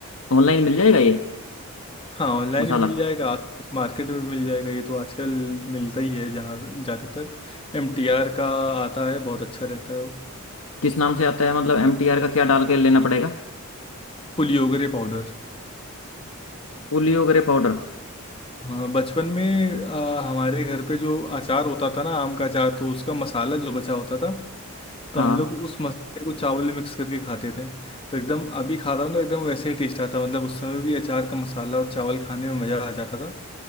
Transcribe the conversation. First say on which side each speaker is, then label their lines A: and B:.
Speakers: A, on the left; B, on the left.
A: ऑनलाइन मिल जाएगा ये
B: हाँ ऑनलाइन
A: मसाला
B: भी मिल जाएगा आसपास मार्केट में भी मिल जाएगा ये तो आजकल मिलता ही है जहाँ ज़्यादातर एम टी आर का आता है बहुत अच्छा रहता है वो
A: किस नाम से आता है मतलब एम टी आर का क्या डाल के लेना पड़ेगा
B: पुलियोगरे पाउडर
A: पुलियो ग्रे पाउडर
B: हाँ बचपन में आ, हमारे घर पे जो अचार होता था ना आम का अचार तो उसका मसाला जो बचा होता था तो
A: हाँ
B: हम लोग उस मसाले को चावल में मिक्स करके खाते थे तो एकदम अभी खाता हूँ तो एकदम वैसे ही टेस्ट आता है। मतलब उस समय भी अचार का मसाला और चावल खाने में मज़ा आ जाता था